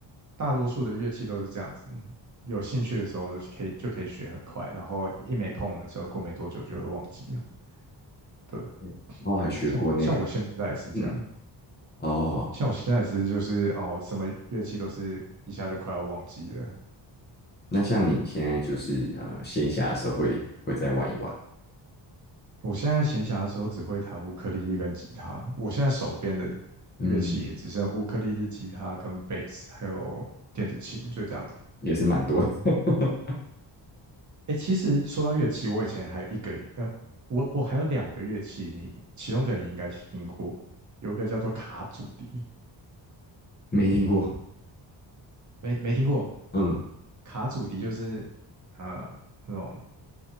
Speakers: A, on the right; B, on the left.
A: 大多数的乐器都是这样子，有兴趣的时候可以就可以学很快，然后一没碰的时候，过没多久就会忘记了。对，
B: <laughs> 然后还学过那个，
A: 像像我现在也是这样，
B: 嗯，哦。
A: 像我现在其实就是哦，什么乐器都是一下就快要忘记了。
B: 那像你现在就是呃闲暇的时候会会再玩一玩，
A: 我现在闲暇的时候只会弹乌克丽丽跟吉他，我现在手边的
B: 嗯，
A: 乐器也只剩乌克丽丽、吉他跟贝斯，还有电子琴，就这样
B: 也是蛮多的，<laughs>
A: 哎，其实说到乐器，我以前还有一个，呃，我我还有两个乐器，你其中一个你应该听过，有一个叫做卡祖笛，
B: 没听过，
A: 没没听过？
B: 嗯，
A: 卡祖笛就是呃那种